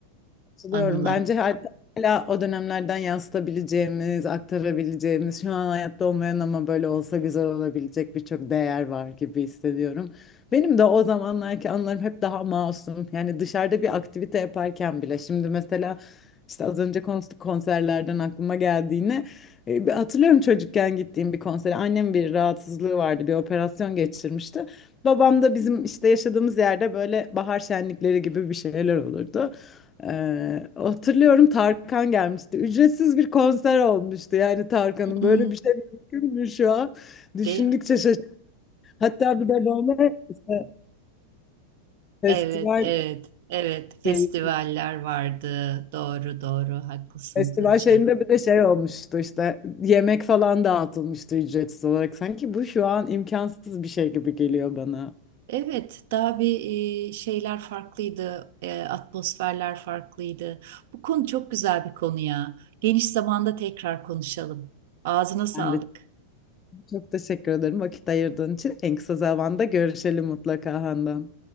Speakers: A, on the left; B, on the right.
A: Katılıyorum.
B: Anılar.
A: Bence hatta hala o dönemlerden yansıtabileceğimiz, aktarabileceğimiz, şu an hayatta olmayan ama böyle olsa güzel olabilecek birçok değer var gibi hissediyorum. Benim de o zamanlarki anılarım hep daha masum. Yani dışarıda bir aktivite yaparken bile. Şimdi mesela işte az önce konuştuk konserlerden aklıma geldiğini. E, bir Hatırlıyorum çocukken gittiğim bir konsere. Annem bir rahatsızlığı vardı, bir operasyon geçirmişti. Babam da bizim işte yaşadığımız yerde böyle bahar şenlikleri gibi bir şeyler olurdu. Ee, hatırlıyorum Tarkan gelmişti. Ücretsiz bir konser olmuştu. Yani Tarkan'ın
B: Hmm,
A: böyle bir şey mümkün mü şu an? Düşündükçe
B: değil mi?
A: şaşırdım. Hatta bir de böyle işte festival
B: Evet, evet, evet. Festivaller
A: şey-
B: vardı. Doğru, doğru. Haklısın
A: festival
B: Tuğçe.
A: şeyinde bir de şey olmuştu işte yemek falan dağıtılmıştı ücretsiz olarak. Sanki bu şu an imkansız bir şey gibi geliyor bana.
B: Evet, daha bir e, şeyler farklıydı. E, atmosferler farklıydı. Bu konu çok güzel bir konu ya. Geniş zamanda tekrar konuşalım. Ağzına sağlık.
A: Ben de çok teşekkür ederim vakit ayırdığın için. En kısa zamanda görüşelim mutlaka Handan.